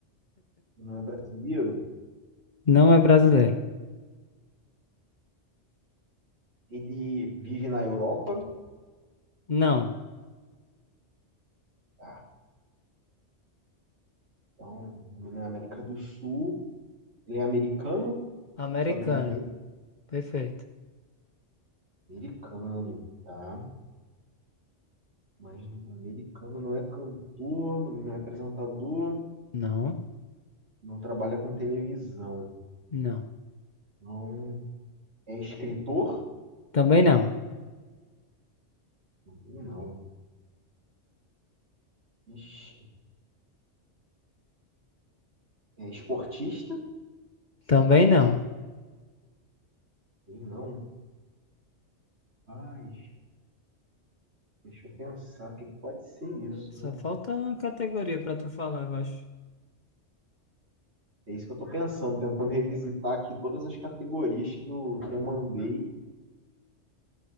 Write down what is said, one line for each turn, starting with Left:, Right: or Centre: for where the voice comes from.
Right: Não é brasileiro?
Left: não é brasileiro.
Right: Ele vive na Europa,
Left: Não.
Right: tá? Então, na América do Sul. Ele é americano,
Left: Americano.
Right: estadunidense,
Left: Perfeito.
Right: americano, tá? Mas americano não é cantor, também não é apresentador,
Left: Não,
Right: não trabalha com televisão,
Left: não.
Right: não é escritor,
Left: Também não.
Right: também não. Ixi, é esportista,
Left: Também não.
Right: também não. Ai, deixa eu pensar, o que que pode ser isso,
Left: Só
Right: né?
Left: falta uma categoria pra tu falar, eu acho.
Right: É isso que eu tô pensando, tentando revisitar aqui todas as categorias que eu, que eu mandei.